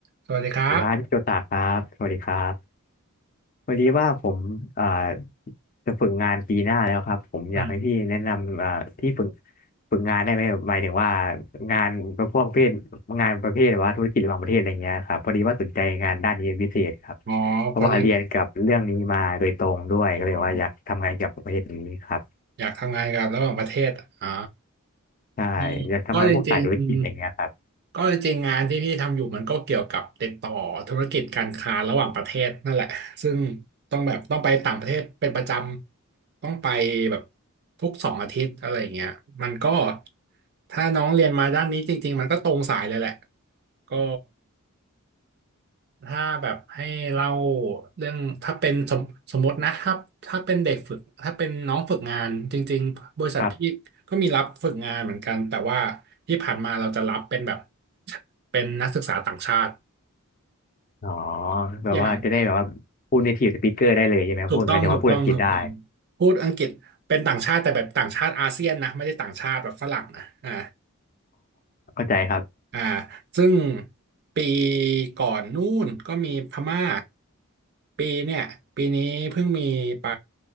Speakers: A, on the right; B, on the left.
A: สวัสดีครับ
B: สวัสดีครับพี่โจตาครับสวัสดีครับพอดีว่าผมเอ่าจะฝึกงานปีหน้าแล้วครับผมอยากให้พี่แนะนำเอ่อที่ฝึก
A: อืม
B: ฝึกงานได้ไหมหมายถึงว่างานประพวกประเภทงานประเภทแบบว่าธุรกิจระหว่างประเทศอะไรเงี้ยครับพอดีว่าสนใจงานด้านนี้เป็นพิเศษครับ
A: อ๋อพอดี
B: เพราะว่าเรียนกับเรื่องนี้มาโดยตรงด้วยก็เลยว่าอยากทำงานกกับประเภทนี้ครับ
A: อ๋ออยากทำงานกับระหว่างประเทศอ๋อ
B: ใช่อยากทำงานพวกสายธุรกิจอะไรเงี้ยครับ
A: อืมก็จริงๆก็จริงๆงานที่พี่ทำอยู่มันก็เกี่ยวกับติดต่อธุรกิจการค้าระหว่างประเทศนั่นแหละซึ่งต้องแบบต้องไปต่างประเทศเป็นประจำต้องไปแบบทุกสองอาทิตย์อะไรอย่างเงี้ยมันก็ถ้าน้องเรียนมาด้านนี้จริงๆมันก็ตรงสายเลยแหละก็ ถ้าแบบให้เล่าเรื่องถ้าเป็นสมสมมตินะถ้าถ้าเป็นเด็กฝึกถ้าเป็นน้องฝึกงานจริงๆบริษัทพี่ก็มีรับฝึกงานเหมือนกันแต่ว่า
B: ครับ
A: ที่ผ่านมาเราจะรับเป็นแบบเป็นนักศึกษาต่างชาติ
B: อ๋อแบบว่าจะได้แบบว่าพูด
A: อย่าง
B: native speaker ได้เลยใช่ไหมพูดหมายถึงว่าพูดอังกฤษได้
A: ถูกต้องถูกต้องถูกต้องพูดอังกฤษเป็นต่างชาติแต่แบบต่างชาติอาเซียนนะไม่ได้ต่างชาติแบบฝรั่งนะอ่า
B: เข้าใจครับ
A: อ่าซึ่งปีก่อนนู่นก็มีพม่าปีเนี่ยปีนี้เพิ่งมีไป